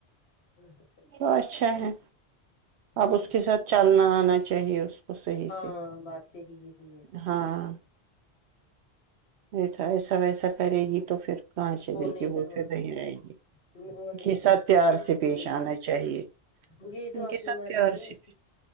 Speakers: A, on the left; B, on the right.
A: ہوں
B: تو اچھا ہے اب
A: ٹھیک
B: اس کے
A: ہے
B: ساتھ
A: نا
B: چلنا آنا چاہیے اس کو صحیح
A: ہاں
B: سے
A: بس یہی یہی ہے
B: ہاں نہیں ایسا ویسا کرے گی تو پھر کہچ ہے دل
A: نہیں
B: کی وہ
A: نا
B: پھر نہیں رہے گی
A: وہ نہیں
B: کے
A: رہے
B: ستیار
A: گی پھر اس
B: سے
A: کو
B: پیش
A: نہیں
B: آنا چاہیے
A: مل یہ تو
B: ان
A: اپنی
B: کے سب
A: مرضی
B: پی
A: ہے نا
B: سے
A: اس میں،